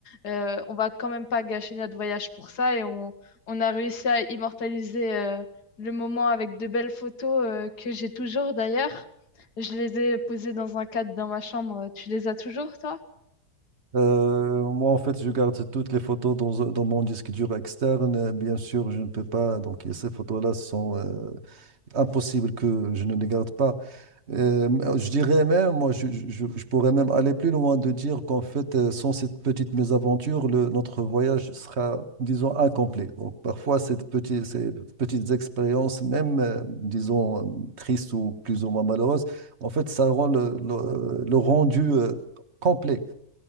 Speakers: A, on the left; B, on the right.
A: euh, on va quand même pas gâcher notre voyage pour ça. Et on, on a réussi à immortaliser euh, le moment avec de belles photos euh, que j'ai toujours d'ailleurs. Je les ai posées dans un cadre dans ma chambre. Tu les as toujours, toi?
B: Euh, moi, en fait, je garde toutes les photos dans, dans mon disque dur externe. Euh, Bien sûr, je ne peux pas. Donc, ces photos-là sont, euh, impossible que je ne les garde pas. Euh, je dirais même, moi, je, je- je pourrais même aller plus loin de dire qu'en fait, euh, sans cette petite mésaventure, le- notre voyage sera, disons, incomplet. Donc, parfois, cette petite, ces petites expériences, même, euh, disons, euh, tristes ou plus ou moins malheureuses, en fait, ça rend le, le- le rendu, euh, complet.